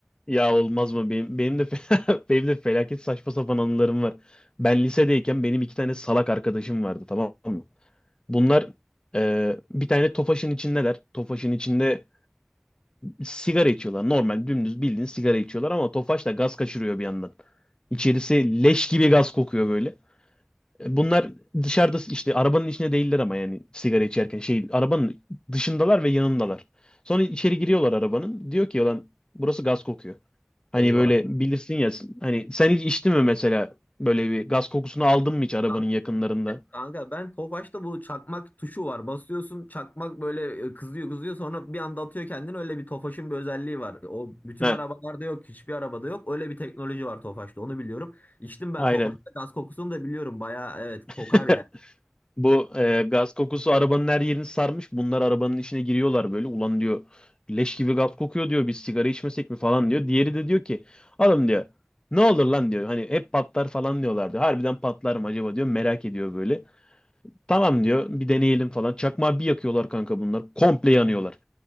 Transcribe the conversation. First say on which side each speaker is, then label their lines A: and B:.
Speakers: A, on the left; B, on the left.
A: Ya olmaz mı? Benim, benim de <laughs> benim de felaket saçma sapan anılarım var. Ben lisedeyken benim iki tane salak arkadaşım vardı tamam mı? Bunlar e, bir tane Tofaş'ın içindeler. Tofaş'ın içinde sigara içiyorlar. Normal dümdüz bildiğin sigara içiyorlar ama Tofaş da gaz kaçırıyor bir yandan. İçerisi leş gibi gaz kokuyor böyle. E, Bunlar dışarıda işte arabanın içinde değiller ama yani sigara içerken şey arabanın dışındalar ve yanındalar. Sonra içeri giriyorlar arabanın. Diyor ki lan burası gaz kokuyor. Hani
B: Eyvah.
A: böyle bilirsin ya hani sen hiç içtin mi mesela böyle bir gaz kokusunu aldın mı hiç arabanın
B: Kanka,
A: yakınlarında?
B: kanka ben Tofaş'ta bu çakmak tuşu var. Basıyorsun çakmak böyle e, kızıyor kızıyor sonra bir anda atıyor kendini. Öyle bir Tofaş'ın bir özelliği var. O bütün
A: Heh,
B: arabalarda yok, hiçbir arabada yok. Öyle bir teknoloji var Tofaş'ta onu biliyorum. İçtim ben
A: aynen.
B: Tofaş'ta gaz kokusunu da biliyorum. Baya evet kokar
A: <laughs>
B: yani.
A: Bu e, gaz kokusu arabanın her yerini sarmış. Bunlar arabanın içine giriyorlar böyle. Ulan diyor leş gibi gaz kokuyor diyor. Biz sigara içmesek mi falan diyor. Diğeri de diyor ki adam diyor ne olur lan diyor. Hani hep patlar falan diyorlar diyor. Harbiden patlar mı acaba diyor. Merak ediyor böyle. Tamam diyor bir deneyelim falan. Çakmağı bir yakıyorlar kanka bunlar. Komple yanıyorlar.